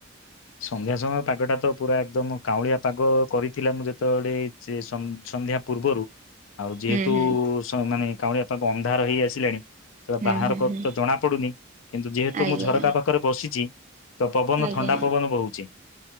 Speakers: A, on the left (about 75°); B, on the right (about 35°).
A: ସନ୍ଧ୍ୟା ସମୟ ପାଗଟା ତ ପୁରା ଏକଦମ କାଉଁଳିଆ ପାଗ କରିଥିଲା ମୁଁ ଯେତେବେଳେ ସନ୍ଧ୍ୟା ପୂର୍ବରୁ। ଆଉ ଯେହେତୁ
B: ହୁଁ ହୁଁ
A: ସ ମାନେ କାଉଁଳିଆ କୁ ଅନ୍ଧାର ହେଇ ଆସିଲାଣି। ସେ
B: ହୁଁ
A: ବାହାରକୁ
B: ହୁଁ ହୁଁ
A: ତ ଜଣା ପଡୁନି କିନ୍ତୁ ଯେହେତୁ
B: ଆଜ୍ଞା
A: ମୁଁ ଝରକା ପାଖରେ ବସିଚି। ତ ପବନ
B: ଆଜ୍ଞା
A: ଥଣ୍ଡା କହୁଛି